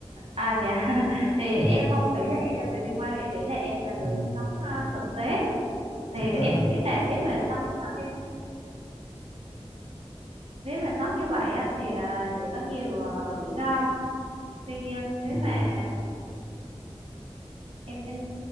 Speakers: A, on the right (about 70°); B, on the left (about 85°).
A: À dạ <laughs> thì
B: Ừ.
A: em không nghĩ là em là người bi quan em nghĩ là em là người
B: Ừ,
A: sống ờ, thực tế thì
B: thực
A: em
B: tế là
A: không biết là nếu mà sống ờ, như nếu mà sống như vậy á, thì ờ, sẽ có nhiều ờ, rủi ro tuy nhiên nếu
B: được
A: mà
B: rồi
A: em em